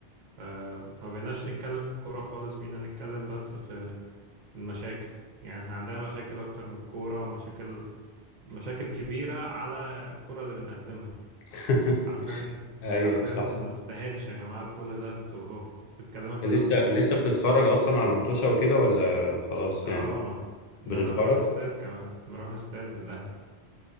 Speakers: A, on the right (about 50°); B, on the left (about 65°).
A: آه ما بقيناش نتكلم في الكورة خالص بقينا نتكلم بس في المشاكل يعني احنا عندنا مشاكل اكتر من الكورة ومشاكل مشاكل كبيرة على الكورة اللي بنقدمها
B: <laughs>
A: حرفيا
B: ايوه
A: حرفيا
B: صح
A: ما تستاهلش يا جماعة كل ده انتوا هو بتتكلموا في
B: لسه
A: كلام فاضي
B: لسه بتتفرج اصلا على متوشة وكده ولا خلاص
A: اه
B: يعني
A: آه. ده
B: بتتفرج
A: انا بروح استاد كمان بروح استاد للاهلي